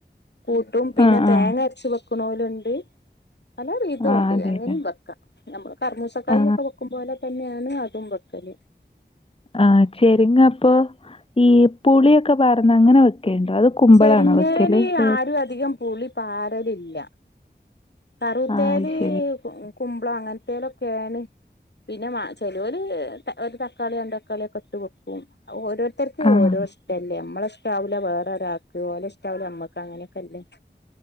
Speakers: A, on the left; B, on the left.
A: കൂട്ടും പിന്നെ
B: ആ
A: തേങ്ങ
B: ആ
A: അരച്ച് ക്കുണോലുണ്ട് പല രീതി
B: ആ
A: കൊണ്ട്
B: അതെല്ലേ
A: ക്കാം നമ്മള് കറുമൂസക്കായ
B: ആ
A: ഒക്കെ വെക്കും പോലെ തന്നെയാണ് അതും വെക്കല്
B: ആഹ് ച്ചെരിങ്ങ അപ്പൊ ഈ പുളിയൊക്കെ പർന്ന് അങ്ങനെ വെക്കണ്ടോ അത് കുമ്പളാണോ
A: ച്ചെരിങ്ങേല്
B: വെക്കല് ഏത്
A: ആരും അധികം പുളി പാറലില്ല കറുത്തേല്
B: ആ അത് ശരി
A: കുമ്പളം അങ്ങനത്തേലൊക്കെയാണ് പിന്നെ മാ ചെലോര് ഒരു തക്കാളി രണ്ട് തക്കാളി ഒക്കെ ഇട്ട് വെക്കും അ ഓരോരു ത്തർക്ക്
B: ആ
A: ഓരോ ഇഷ്ടല്ലേ നമ്മള ഇഷ്ടാവില്ല വേറെ ഒരാക്ക് ഓലോ ഇഷ്ടാവില്ല നമ്മക്ക് അങ്ങനക്കെയല്ലേ അങ്ങനെയൊക്കെല്ലേ